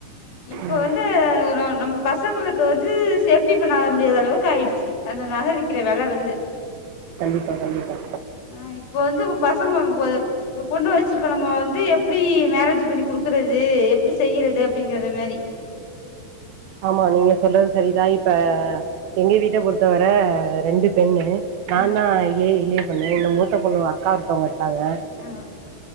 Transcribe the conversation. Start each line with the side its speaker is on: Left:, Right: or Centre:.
Left: இப்ப
Right: ம்
Left: வந்து ஒரு நம்ம பசங்களுக்கு வந்து சேப்டி பண்ண முடியாத அளவுக்கு ஆயிடுச்சு அந்த நக விக்கிற வெல வந்து
Right: கண்டிப்பா கண்டிப்பா
Left: ஆ இப்ப வந்து பசங்க நம்ம போ இப்ப பொண்ணு வச்சிருக்கோ நம்ம வந்து எப்டி மேரேஜ் பண்ணி குடுக்கறது எப்டி செய்றது அப்படிங்கறத மாரி
Right: ஆமா நீங்க சொல்றது சரிதா இப்ப எங்க வீட்ட பொறுத்தவர ரெண்டு பொண்ணு நா
Left: ஆ
Right: தா இயே இளைய பொண்ணு இன்னு மூத்த பொண்ணு அக்கா ஒருத்தவங்க இருக்காங்க
Left: ஆ